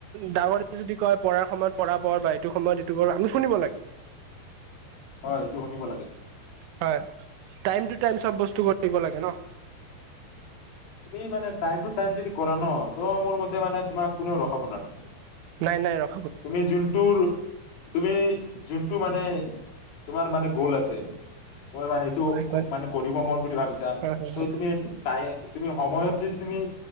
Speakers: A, on the right (about 80°); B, on the left (about 55°).
A: ডাঙৰে যদি কয় পঢ়াৰ সময়ত পঢ়া পঢ় বাই। এইটো সময়ত এইটো কৰ আমি শুনিব লাগে।
B: হয় ইেইটো শুনিব লাগে।
A: হয় টাইম টু টাইম চব বস্তু কৰিব লাগে ন।
B: তুমি মানে টাইম টো টাইম যদি কৰা ন ত মোৰ মতে মানে তোমাক কোনেও ৰখাব নোৱাৰে।
A: নাই নাই ৰ
B: তুমি জোনটোৰ তুমি জোনটো মানে তোমাৰ মানে গ'ল আছে। মই মানে এইটো
A: হয় হয়
B: মানে কৰিব মন বুলি ভাবিছা
A: হয়
B: ত
A: হয়
B: তুমি তাই তুমি সময়ত যদি তুমি